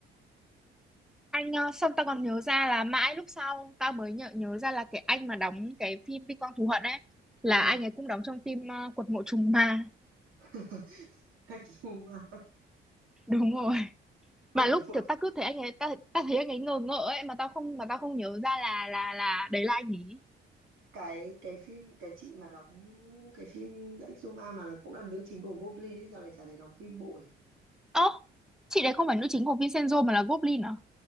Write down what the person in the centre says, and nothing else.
anh ờ, xong tao còn nhớ ra là mãi lúc sau tao mới nhớ nhớ ra là cái anh mà đóng cái phim Vinh Quang Thù Hận ấy là
anh ấy cũng đóng trong phim ờ, Quật Mộ Trùng Ma
<laughs> đúng rồi
mà lúc
kiểu tao cứ thấy anh ấy tao tao thấy anh ấy ngờ ngợ ấy mà tao không mà tao không nhớ ra là là là đấy là anh ấy
ơ chị đấy không phải nữ chính của Vincenzo mà là Goblin à